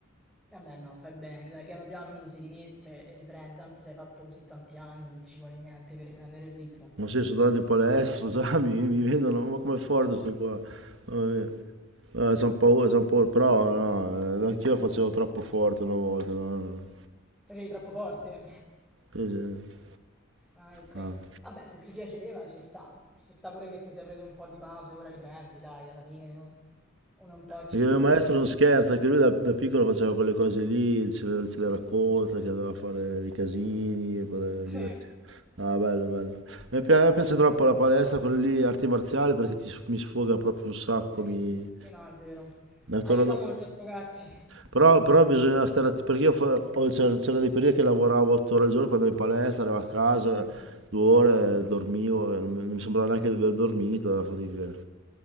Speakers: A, in the centre; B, on the right.
A: Vabbè, no, fai bene, dai, piano piano uno si rimette e riprende. Tanto se hai fatto così tanti anni, non ti ci vuole niente per riprendere il ritmo.
B: Ma sì, sono tornato in palestra, <laughs> sai, mi, mi vedono, ma com'è forte sto qua. Mamma mia. Eh, son paura, son paura, però no, eh, anch'io facevo troppo forte una volta. no, no.
A: Facevi troppo forte.
B: Sì, sì,
A: Vai qui.
B: no.
A: Vabbè, se ti piaceva ci sta. Ci sta pure che ti sei preso un po' di pausa, ora riprendi, dai, alla fine o- uno un po' ci
B: Perché
A: deve...
B: il mio maestro
A: ci
B: non
A: deve-
B: scherza, anche lui da, da piccolo faceva quelle cose lì, ce le, ce le racconta, che doveva fare dei casini per
A: Sì,
B: divertirsi. Ah, bello, bello. Mi piace, mi piace troppo la palestra, quelle lì, arti marziali, perché ti s- mi sfoga proprio un sacco,
A: sì,
B: mi...
A: sì, no, è vero.
B: da torno,
A: Aiuta molto a sfogarsi.
B: Però, però bisogna stare atti- perché io fa- ho- c'era- c'erano dei periodi che lavoravo 8 ore al giorno, poi andavo in palestra, arrivavo a casa,
A: Mm.
B: due ore, dormivo, e non mi non mi sembrava neanche di aver dormito, la fatica.